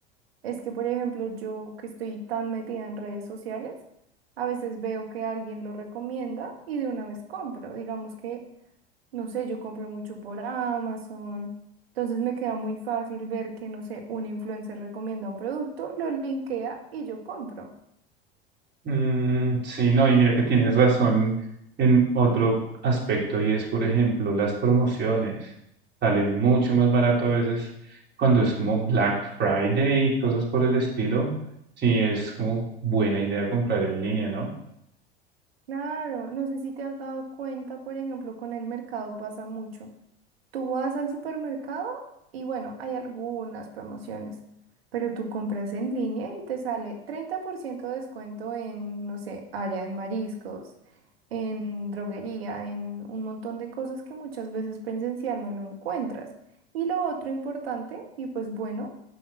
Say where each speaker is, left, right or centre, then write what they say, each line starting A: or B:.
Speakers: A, on the right (about 70°); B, on the right (about 35°).
A: es que, por ejemplo, yo que estoy tan metida en redes sociales, a veces veo que alguien lo recomienda y de una vez compro. Digamos que, no sé, yo compro mucho por Amazon. Entonces me queda muy fácil ver que, no sé, un influencer recomienda un producto, lo linkea y yo compro.
B: Mm, sí, no, y mira que tienes razón en otro aspecto y es, por ejemplo, las promociones. Sale mucho más barato a veces cuando es como Black Friday y cosas por el estilo. Sí, es como buena idea comprar en línea, ¿no?
A: Claro, no sé si te has dado cuenta, por ejemplo, con el mercado pasa mucho. Tú vas al supermercado y bueno, hay algunas promociones, pero tú compras en línea y te sale 30% de descuento en, no sé, allá en mariscos, en droguería, en un montón de cosas que muchas veces presencial no lo encuentras. Y lo otro importante, y pues bueno,